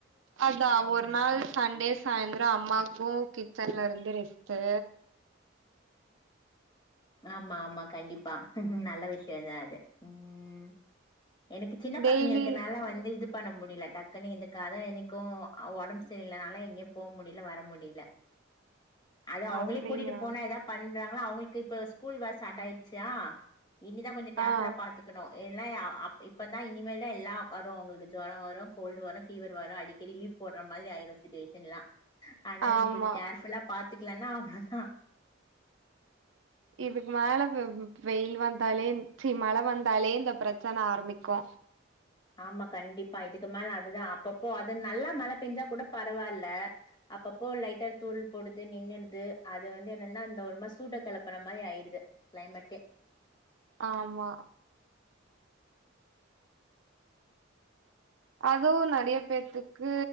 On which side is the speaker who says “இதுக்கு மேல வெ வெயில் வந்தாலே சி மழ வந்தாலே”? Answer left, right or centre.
Right